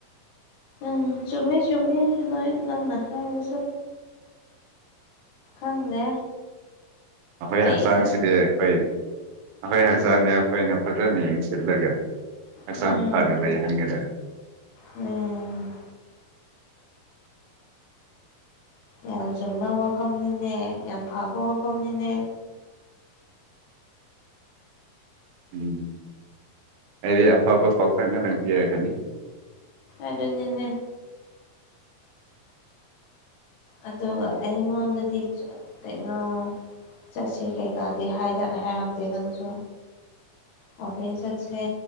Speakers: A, on the left; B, on the right.
A: ꯎꯝ ꯆꯨꯝꯃꯤ ꯆꯨꯝꯃꯤ ꯅꯣꯏ ꯅꯪꯅ ꯍꯥꯏꯕꯁꯨ꯫ ꯈꯪꯗꯦ꯫
B: ꯑꯩꯈꯣꯏ
A: ꯑꯩ
B: ꯍꯛꯆꯥꯡꯁꯤꯗꯤ
A: ꯏꯊꯟ
B: ꯑꯩꯈꯣꯏ ꯑꯩꯈꯣꯏ ꯍꯛꯆꯥꯡꯗꯤ
A: ꯎꯝ
B: ꯑꯩꯈꯣꯏꯅ ꯐꯖꯅ ꯌꯦꯡꯁꯤꯜꯂꯒ ꯍꯛꯆꯥꯡ
A: ꯎꯝ
B: ꯐꯅ ꯂꯩ ꯍꯟꯒꯗ
A: ꯎꯝ꯫ ꯌꯥꯝ ꯆꯨꯝꯕ ꯋꯥꯐꯝꯅꯤꯅꯦ ꯌꯥꯝ ꯐꯕ ꯋꯥꯐꯝꯅꯤꯅꯦ꯫
B: ꯎꯝ ꯑꯩ ꯑꯐꯕ ꯄꯥꯎꯇꯥꯛ ꯉꯥꯛꯇꯪ ꯄꯤꯔꯛꯀꯅꯤ꯫
A: ꯑꯗꯨꯅꯤꯅꯦ꯫ ꯑꯗꯨꯒ ꯑꯩꯉꯣꯟꯗꯗꯤ ꯀꯩꯅꯣ ꯆꯠꯁꯦ ꯀꯩꯀꯥꯗꯤ ꯍꯥꯏꯗꯛ ꯍꯥꯏꯔꯛꯇꯦ ꯅꯪꯁꯨ ꯋꯥꯀꯤꯡ ꯆꯠ ꯁꯦ